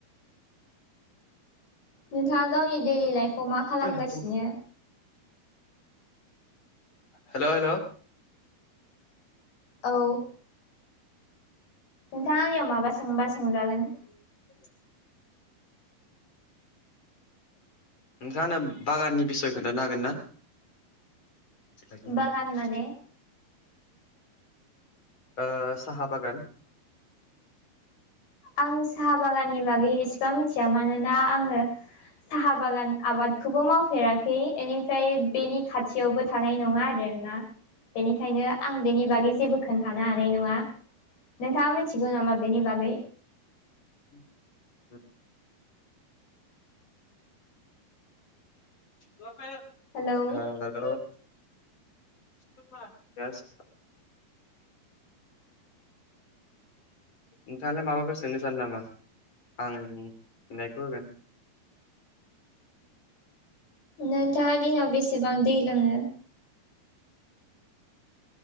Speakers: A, on the left (about 75°); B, on the left (about 35°).
A: नोंथाङा गावनि दैलि लाइफआव मा खालामगासिनो?
B: हेल' हेल' हेल'
A: औ नोंथाङा आंनियाव माबा सोंबा सोंजागोन।
B: <inaudible> नोंथाङा आंनो बागाननि बिसय खोन्थानो हागोन ना? <unintelligible>
A: बागान माने
B: ओ साहा बागान
A: आं साहा बागाननि बागै एसेबां मिथिया मानोना आङो साहा बागान आबादखौबो मावफेराखै इनिफ्राय बेनि खाथियावबो थानाय नङा आरोना बेनिखायनो आं बेनि बागै जेबो खोन्थानो हानाय नङा। नोंथाङा मिथिगौ नामा बेनि बागै?
B: <inaudible> हेल'
A: हेलौ
B: <unintelligible>
A: <inaudible>
B: नोंथाङालाय माबाफोर सोंनो सानो नामा आं फिननायखौ होगोन।
A: नोंथाङा दिनाव बेसेबां दै लोङो?